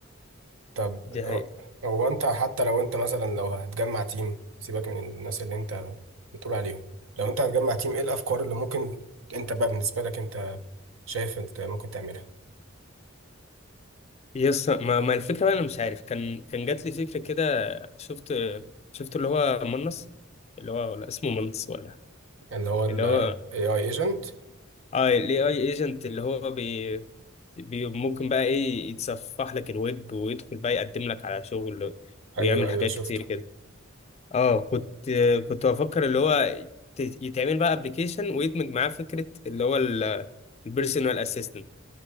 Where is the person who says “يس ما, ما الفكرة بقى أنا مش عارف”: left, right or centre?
Left